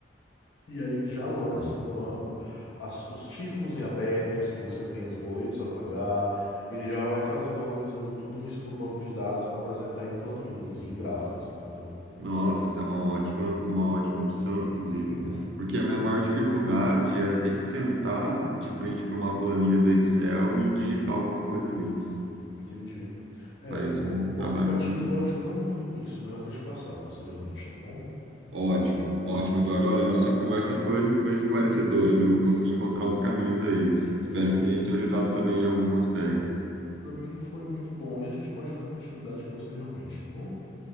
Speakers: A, on the left; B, on the right.
A: e aí ele já lança
B: tá.
A: no banco as- os títulos em abertos que você tem, os boletos a pagar. Ele já vai fazendo, organizando tudo isso no banco de dados para apresentar em planilhas e em gráficos, entendeu?
B: Nossa, essa é uma ótima, uma ótima opção, inclusive.
A: Uhum,
B: Porque a minha maior dificuldade é ter que sentar de frente para uma planilha do Excel e digitar alguma coisa ali.
A: entendi. É,
B: Faz
A: o,
B: um
A: o
B: trabalho
A: aplicativo
B: muito bom.
A: ajuda muito nisso, né? Eu vou te passar posteriormente, tá bom?
B: Ótimo, ótimo, Eduardo. Olha, a nossa conversa foi, foi esclarecedora, viu? Consegui encontrar os caminhos aí. Espero
A: Perfeito.
B: que tenha te ajudado também em algum aspecto.
A: Para mim foi muito bom. E a gente pode dar continuidade posteriormente, tá bom?